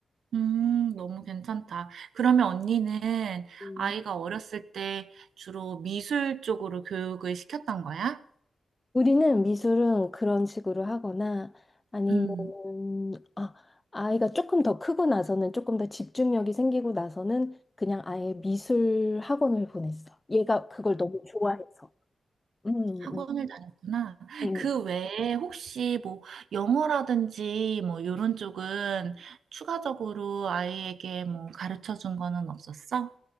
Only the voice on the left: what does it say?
음.
우리는 미술은 그런 식으로 하거나 아니면
아, 아이가 조금 더 크고 나서는 조금 더 집중력이 생기고 나서는 그냥 아예 미술 학원을 보냈어. 얘가 그걸 너무 좋아해서. 음,
음,
음.